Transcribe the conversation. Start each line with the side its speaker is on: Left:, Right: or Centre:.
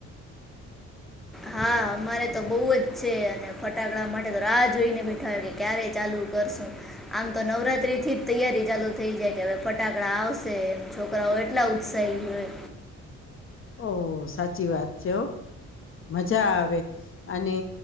Centre: હા. અમારે તો બઉ જ છે અને ફટાકડા માટે તો રાહ જોઈને બેઠા હોય કે ક્યારે ચાલુ કરશું. આમ તો નવરાત્રીથી જ તૈયારી ચાલુ થઇ જાય કે હવે ફટાકડા આવશે ને છોકરાઓ એટલા ઉત્સા <unintelligible> હોય.
Left: ઓહ! સાચી વાત છે હો. મજા આવે અને